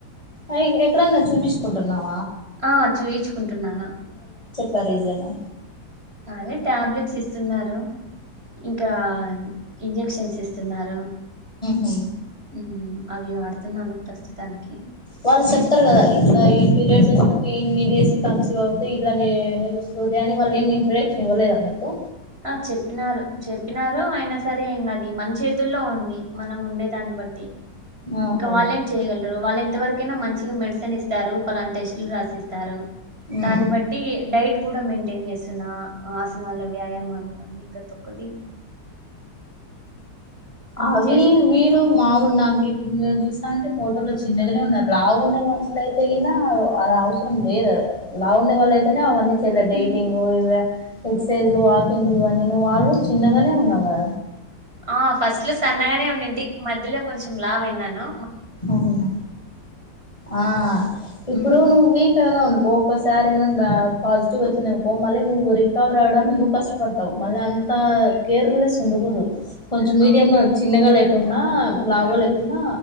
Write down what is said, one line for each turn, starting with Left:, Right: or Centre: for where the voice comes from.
Left: అయిగ ఎక్కడ నే చూపించుకుంటున్నావ్?
Right: ఆ చూయిచ్చుకుంటున్నాను.
Left: సరిజనా
Right: అవి టాబ్లెట్స్ ఇస్తున్నారు. ఇంకా ఇంజక్షన్స్ ఇస్తున్నారు.
Left: ఆహ్
Right: మ్మ్ అవి వడుతున్నాను ప్రస్తుతానికి
Left: వాళ్ళు చెప్తారు కదా ఇట్లా పీరియడ్స్ వచ్చినాక ఇన్ని డేస్ కన్సీవ్ అవుతే ఇలా నిలు సూదయాన్ని వాల్ళ ఏమి ఇంట్రొడక్షన్ ఇవ్వలేదా మీకు
Right: ఆ చెప్పినారు చెప్పినారు అయినా సరే ఏం ఆది మన చేతుల్లో ఉంది మనం ఉండే దాన్ని బట్టి
Left: ఓహో
Right: ఇంకా వాళెం చేయగలరు వళం ఎంతవరకైనా మంచిగా మెడిసిన్ ఇస్తారు పలానా టెస్టులు రాసిస్తారు
Left: ఉమ్
Right: దాన్ని బట్టి డైట్ కూడా మెయింటైన్ చేస్తున్నా ఆసనాలు వ్యాయామాలు అన్ని ప్రతి ఒక్కటి అన్ని
Left: ఆహ్ అవి
Right: చేస్తున్నాను
Left: మీరు మాములు నాకు ఇప్పుడు మీరు చూస్త అంటే ఫోటోలో చిన్నగానే ఉన్నారు లావు్ ఉన్న మనుషల అయితే ఈనా అది అవసరం లేదు లావు్ ఉండే వాళ్ళ అయితేనే అవన్నీ చెల్లే డేటింగ్ ఇవ ఎక్సర్సైజ్లు వాకింగ్ ఇవన్నీ నువ్వు ఆల్మోస్ట్ చిన్నగానే ఉన్నావుా
Right: ఆ ఫస్ట్ లో సన్నగానే ఉన్నిడింటి మధ్యలో కొంచెం లావు అయ్యను
Left: అవునా ఆ ఇప్పుడు
Right: ఉమ్,
Left: ను వీకా అనా ఒక్కొక్కసారి ఏమైనా పాజిటివ్ వచ్చింద అనుకో మళ్ళీ నువ్వు రికవర్ అవ్వడానికి నువ్వు కష్టపడతావు మళ్ళీ అంత ఆహ్ కేర్లెస్ గా ఉండకూదు కొంచెం మీడియం
Right: అవును
Left: లో చిన్నగా లేకుండా లావు్గా లేకుండా